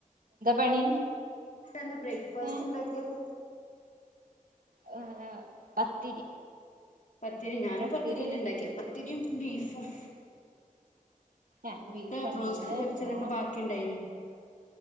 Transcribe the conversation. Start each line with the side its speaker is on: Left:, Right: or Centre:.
Right: പണി
Left: ഇന്ന് ബ്രേക്ക്ഫാസ്റ്റ്
Right: ഏഹ്
Left: ഉണ്ടാക്കിയത്
Right: <unintelligible> പത്തിരി
Left: പത്തിരി ഞാനും
Right: പത്തിരിം
Left: പത്തിരിന്നെണ്ടക്കിയ പത്തിരിം ബീഫും
Right: ഏഹ്
Left: ഇന്നലത്തെ
Right: ബീഫാണല്ലോ
Left: ബ്രോസ്റ്റ്
Right: ഇവിടെ
Left: പൊരിച്ചതൊക്കെ
Right: നാളെ
Left: ബാക്കിണ്ടായിനു